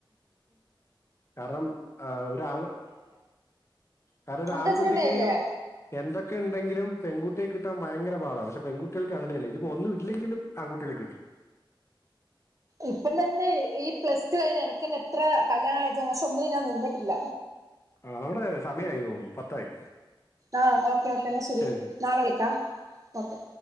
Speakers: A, on the left; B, on the right.
A: കാരണം ആഹ് ഒരു ആണ് കാരണം ഒരാൺകുട്ടിക്ക്
B: എന്താ വെച്ചിട്ടുണ്ടേല്ലേ
A: എന്തൊക്കെ ഉണ്ടെങ്കിലും പെൺകുട്ടിയെ കിട്ടാൻ ഭയങ്കര പാടാ പക്ഷെ പെൺകുട്ടികൾക്ക് അങ്ങനെയല്ല ഇഞ്പ്പോ ഒന്നും ഇല്ലെങ്കിലും ആൺകുട്ട്യളെ കിട്ടും
B: ഇപ്പം തന്നെ ഈ പ്ലസ് ടു കഴിഞ്ഞ എനിക്കെന്നെ എത്ര കല്യാണാലോജന പക്ഷെ ഒന്നിനും ഞാൻ നിന്നിട്ടില്ല
A: ആഹ് നമ്മുടെ സമയായി തോന്നുന്നു പത്തായി
B: ആഹ് ഓക്കേ ഓക്കേ എന്നാ ശെരി
A: ശരി ശരി
B: നാളെ വിളിക്കാം ഓക്കെ